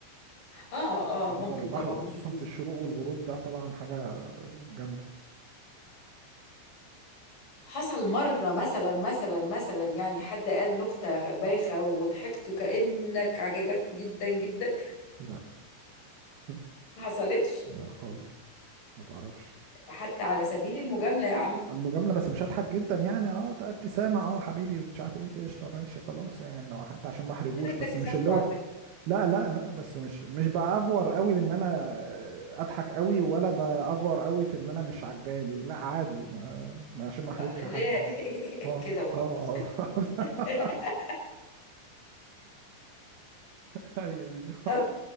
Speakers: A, on the left (about 40°); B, on the right (about 65°).
A: اه
B: منظر
A: اه ممكن
B: البحر
A: طبعا
B: وخصوصا
A: وجهة نظر
B: في الشروق والغروب ده طبعا حاجة جامدة
A: حصل مره مثلا مثلا مثلا يعني حد قال نكته بايخه وضحكت كانك عجبك جدا جدا
B: لا <laughs>
A: ما حصلتش
B: لا خالص ما بعرفش
A: حتى على سبيل المجامله يا عم
B: مجاملة بس مش هضحك جدا يعني اه طيب ابتسامة اه حبيبي ومش عارف ايه كده قشطة ماشي خلاص يعني لو حتى عشان ما احرجوش
A: كده انت
B: بس
A: كسفته
B: مش اللي هو
A: على فكرة
B: لا لا لا بس مش مش بأفور قوي بان انا اضحك قوي ولا بأفور قوي في ان انا مش عجباني لا عادي ما ما- عشان ما احرجش
A: ليه
B: حد
A: <laughs>
B: اه
A: كده وخلاص
B: اه اه
A: <laughs>
B: <laughs> هي دي
A: طب